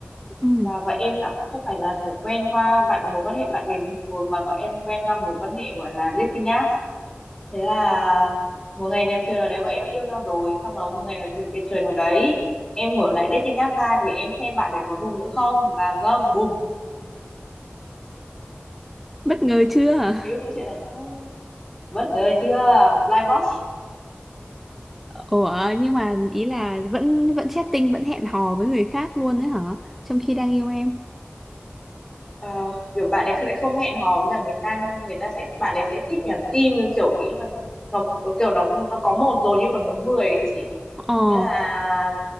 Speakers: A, in the centre; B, on the left.
A: Ừ.
B: mà vợ em đã không phải là kiểu quen qua bạn mối quan hệ bạn bè bình thường mà vợ em quen qua mối quan hệ gọi là dating app thế là một ngày đẹp trời nào đấy vợ em đã yêu nhau rồi sau đó một ngày đẹp, đẹp trời nào đấy em mở lại dating app ra để em xem bạn đấy có dùng nữa không và vâng bùm
A: Bất ngờ chưa?
B: chị biết câu chuyện là không, bất ngờ chưa blind box
A: Ủa nhưng mà ý là vẫn vẫn chatting vẫn hẹn hò với người khác luôn đấy hả? Trong khi đang yêu em.
B: Ờ, kiểu bạn ấy sẽ không hẹn hò với cả người ta nhưng người ta sẽ bạn ấy sẽ thích nhắn tin kiểu ý là nó, nó kiểu nó nó có một rồi nhưng nó muốn mười ấy chị
A: Ờ,
B: thế là